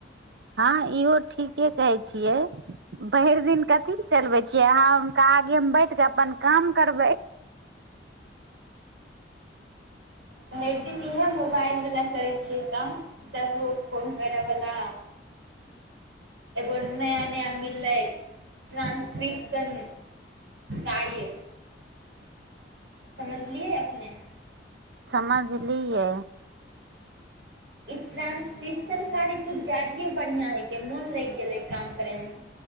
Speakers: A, on the right; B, on the right.
A: हँ इहो ठीके कहै छियै भरि दिन कथी ल चलबै छियै अहाँ हुनका आगेमे बैठ कऽ अपन। काम करबै।
B: भैरदिन इएह मोबाइलवला करै छियै काम दस गो फोन करयवला एगो नया नया मिललै ट्रांस क्रिप्शन कार्य। समझलियै अपने।
A: समझलियै।
B: ई ट्रान्सक्रिप्शन कार्य कुछ जादीये बढ़िआँ हइकेै मोन लैग गेलै काम करैमे।